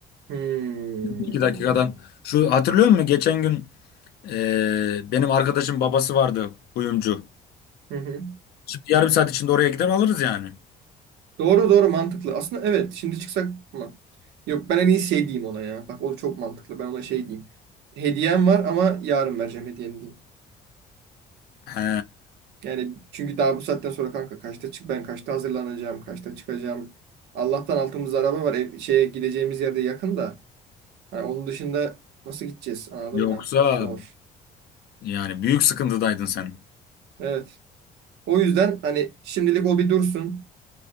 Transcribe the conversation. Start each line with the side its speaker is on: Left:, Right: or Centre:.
Right: Hmm.
Left: İki dakikadan. Şu hatırlıyor musun? Geçen gün e, benim arkadaşım babası vardı kuyumcu.
Right: Hı hı.
Left: Şimdi yarım saat içinde oraya gider alırız yani.
Right: Doğru doğru mantıklı. Aslında evet şimdi çıksak mı? Yok ben en iyi şey diyeyim ona ya. Bak o çok mantıklı. Ben ona şey diyeyim. Hediyem var ama yarın vereceğim hediyemi diyeyim.
Left: He.
Right: Yani çünkü daha bu saatten sonra kanka kaçta çık ben kaçta hazırlanacağım kaçta çıkacağım. Allah'tan altımızda araba var. Ev, şeye gideceğimiz yerde yakın da. Hani onun dışında nasıl gideceğiz anladın
Left: Yoksa
Right: mı? Zor.
Left: yani büyük sıkıntıdaydın sen.
Right: Evet. O yüzden hani şimdilik o bir dursun.